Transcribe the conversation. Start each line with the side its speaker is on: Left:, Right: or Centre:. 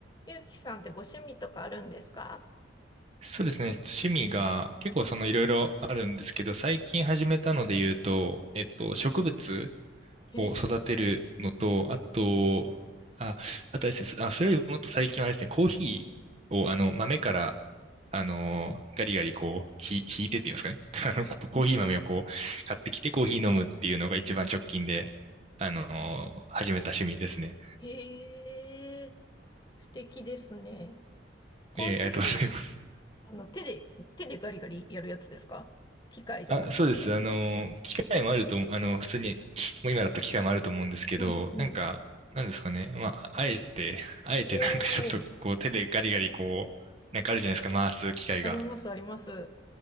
Left: ゆうきさんってご趣味とかあるんですか
Right: そうですね。趣味が結構そのいろいろあるんですけど、最近始めたので言うと、えっと、植物
Left: へえ、
Right: を育てるのと、あと、あ、あとあれですね、あ、それよりもっと最近はあれですね、コーヒーをあの豆から、あの、ガリガリこう、ひ、ひいてっていうんですかね。<laughs> あの、ココーヒー豆をこう、
Left: うん。
Right: 買ってきてコーヒー飲むっていうのが一番直近で、あの、始めた趣味ですね。
Left: へえ、素敵ですね。コーヒー、
Right: えーありがとうございます。
Left: あの、手で、手でガリガリやるやつですか機械じゃなくて。
Right: あ、そうです。あの、機会もあると思う、あの、普通に、もう今だと機会もあると思うんですけど、
Left: うん、うん。
Right: なんか、なんですかね。まあ、あえて、あえて
Left: おー、
Right: <laughs> なんかちょっとこう手でガリガリこう、なんかあるじゃないですか、回す機械が。
Left: あります、あります。